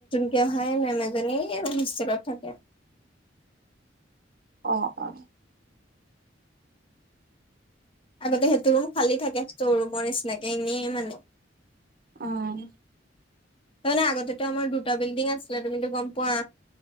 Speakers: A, on the left; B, on the right.
A: <unintelligible> অহাই নাই মেমজনী হোষ্টেলত থাকে
B: অ', অ'।
A: আগতে সেইটো ৰুম খালী থাকে ষ্টৰ ৰুমৰ নিচিনাকে এনেইে মানে।
B: আহ।
A: তাৰমানে আগতো আমাৰ দুটা বিল্ডিং আছিলে তুমিতো গম পোৱা।